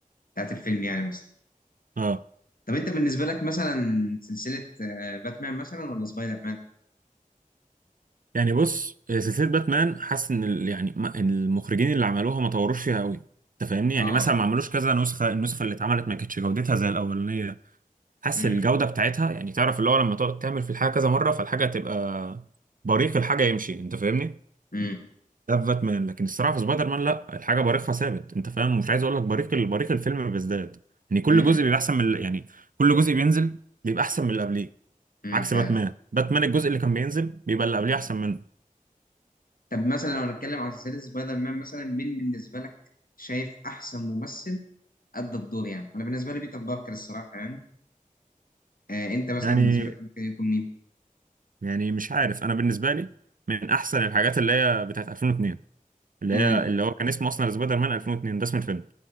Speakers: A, on the left; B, on the right.
A: بتاعت الفيلم يعني بس
B: اه
A: طب انت بالنسبه لك مثلا سلسله آه، باتمان مثلا ولا سبايدر مان
B: يعني بص آه، سلسله باتمان حاسس ان ال... يعني ما... إن المخرجين اللي عملوها ما طوروش فيها قوي انت فاهمني يعني
A: اه
B: مثلا ما عملوش كذا نسخه النسخه اللي اتعملت ما كانتش جودتها زي الاولانيه حاسس
A: امم
B: الجوده بتاعتها يعني تعرف اللي هو لما تقعد تعمل في الحاجه كذا مره فالحاجه تبقى بريق الحاجه يمشي انت فاهمني
A: امم
B: ده في باتمان لكن الصراحه في سبايدر مان لا الحاجه بريقها ثابت انت فاهم مش عايز اقول لك بريق ال- بريق الفيلم بيزداد يعني كل
A: امم
B: جزء بيبقى احسن من ال- يعني كل جزء بينزل بيبقى احسن من اللي قبليه
A: امم
B: عكس
A: فعلا
B: باتمان باتمان الجزء اللي كان بينزل بيبقى اللي قبليه احسن منه
A: طب مثلا لو هنتكلم عن سلسله سبايدر مان مثلا مين بالنسبه لك شايف احسن ممثل ادى الدور يعني انا بالنسبه لي بيتر باركر الصراحه يعني آه انت مثلا
B: يعني
A: بالنسبه لك ممكن يكون مين
B: يعني مش عارف انا بالنسبه لي من احسن الحاجات اللي هي بتاعت 2002 اللي
A: امم
B: هي اللي هو كان اسمه اصلا سبايدر مان 2002 ده اسم الفيلم